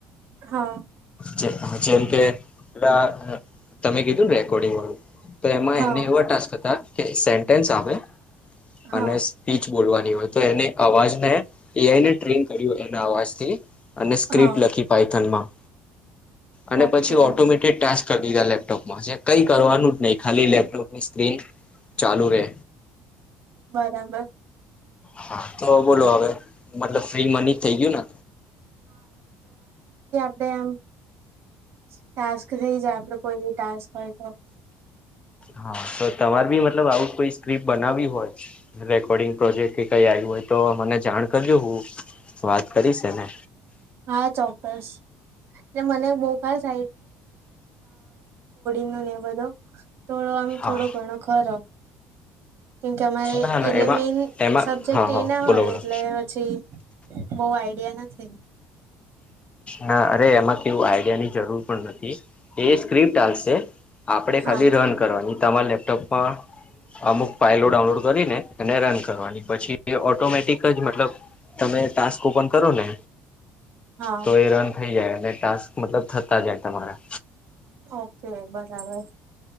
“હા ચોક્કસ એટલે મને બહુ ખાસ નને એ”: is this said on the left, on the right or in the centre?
Right